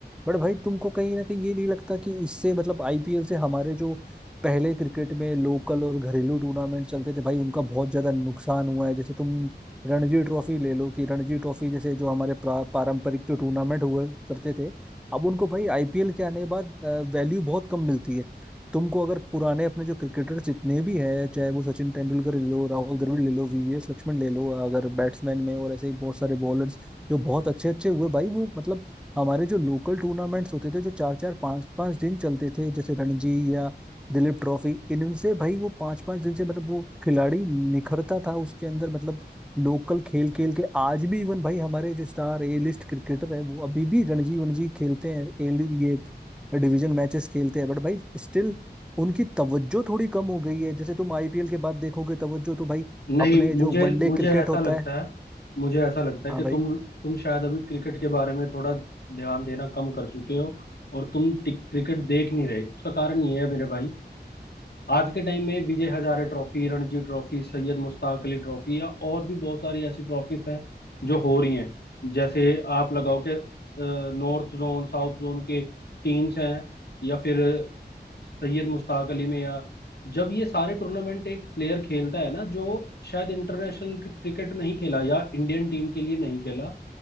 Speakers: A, in the centre; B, on the left (about 65°).
A: बट भाई तुमको कहीं ना कहीं ये नहीं लगता कि इससे मतलब आईपीएल से हमारे जो पहले क्रिकेट में लोकल और घरेलू टूर्नामेंट चलते थे भाई उनका बहुत ज्यादा नुकसान हुआ है जैसे तुम रणजी ट्रॉफी ले लो कि रणजी ट्रॉफी जैसे जो हमारे प्रा- पारंपरिक जो टूर्नामेंट हुआ करते थे अब उनको भाई आईपीएल के आने के बाद वैल्यू बहुत कम मिलती है तुमको अगर पुराने अपने जो क्रिकेटर्स जितने भी हैं चाहे वो सचिन तेंदुलकर ले लो राहुल द्रविड़ ले लो वीवीएस लक्ष्मण ले लो अगर बैट्समैन में और ऐसे ही बहुत सारे बॉलर्स जो बहुत अच्छे अच्छे हुए भाई वो मतलब हमारे जो लोकल टूर्नामेंट्स होते थे जो चार चार पांच पांच दिन चलते थे जैसे रणजी या दिलीप ट्रॉफी इनसे भाई वो पांच पांच दिन से मतलब वो खिलाड़ी निखरता था उसके अंदर मतलब लोकल खेल खेल के आज भी इवन भाई हमारे जो स्टार ए लिस्ट क्रिकेटर है वो अभी भी रणजी वनजी खेलते हैं ए ये डिवीजन मैचेस खेलते हैं बट भाई स्टिल उनकी तवज्जो थोड़ी कम हो गई है जैसे तुम आईपीएल के बाद देखोगे तवज्जो तो भाई
B: नहीं
A: अपने
B: मुझे
A: जो वनडे
B: मुझे
A: क्रिकेट
B: ऐसा
A: होता
B: लगता
A: है
B: है मुझे ऐसा लगता है
A: हाँ
B: कि
A: भाई
B: तुम तुम शायद अभी क्रिकेट के बारे में थोड़ा ध्यान देना कम कर चुके हो और तुम टिक- क्रिकेट देख नहीं रहे उसका कारण ये है मेरे भाई आज के टाइम में Vijay Hazare trophy Ranji trophy Syed Mushtaq Ali trophy या और भी बहुत सारी ऐसी ट्रॉफीज हैं जो हो रही हैं जैसे आप लगाओ कि नॉर्थ जोन साउथ जोन के टीम्स हैं या फिर सैयद मुश्ताक अली में या जब ये सारे टूर्नामेंट एक प्लेयर खेलता है ना जो शायद इंटरनेशनल क्रिकेट नहीं खेला या इंडियन टीम के लिए नहीं खेला